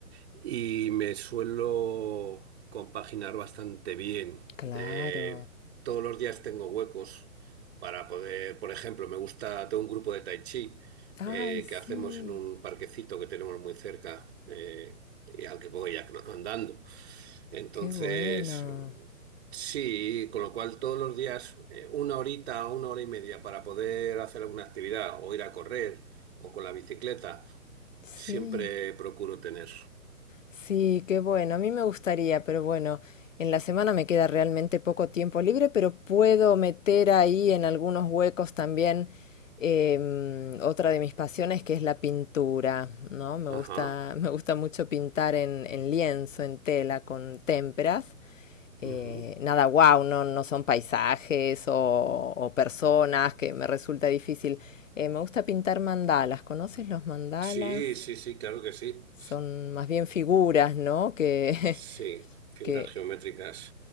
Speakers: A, on the right; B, on the left.
A: y me suelo compaginar bastante bien.
B: Claro.
A: Eh, todos los días tengo huecos para poder, por ejemplo, me gusta, tengo un grupo de tai chi eh,
B: Ay, sí,
A: que hacemos en un parquecito que tenemos muy cerca, eh, y al que voy ac- andando. Entonces.
B: qué bueno.
A: Sí, con lo cual todos los días eh, una horita o una hora y media para poder hacer alguna actividad o ir a correr o con la bicicleta,
B: Sí.
A: siempre procuro tener.
B: Sí, qué bueno. A mí me gustaría, pero bueno, en la semana me queda realmente poco tiempo libre, pero puedo meter ahí en algunos huecos también em, otra de mis pasiones que es la pintura, ¿no? Me gusta,
A: Ajá.
B: me gusta mucho pintar en, en lienzo, en tela, con témperas. Eh,
A: ujú.
B: nada, wow, no, no son paisajes o, o personas que me resulta difícil. Eh, me gusta pintar mandalas. ¿Conoces los mandalas?
A: Sí, sí, sí, claro que sí.
B: son más bien figuras, ¿no? Que,
A: Sí,
B: <laughs>
A: figuras
B: que,
A: geométricas.